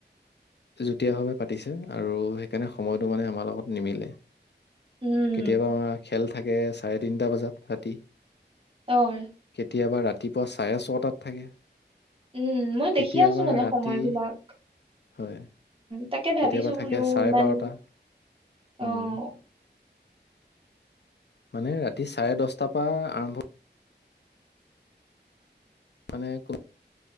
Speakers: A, on the left; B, on the right.
A: যুটীয়াভাৱে পাতিছে আৰু সেইকাৰণে সময়টো মানে আমাৰ লগত নিমিলে।
B: উম
A: কেতিয়াবা আম খেল থাকে চাৰে তিনিটা বজাত ৰাতি
B: অঁ!
A: কেতিয়াবা ৰাতিপুৱা চাৰে ছটাত থাকে
B: উম মই
A: কেতিয়াবা
B: দেখি আছো মানে
A: ৰাতি
B: সময় বিলাক
A: হয়।
B: তাকে
A: কেতিয়াবা
B: ভাবিছো
A: থাকে
B: বোলোও
A: চাৰে
B: ইমান,
A: বাৰটা।
B: অঃ
A: উম, মানে ৰাতি চাৰে দহট পৰা আৰম্ভ। মানে কো।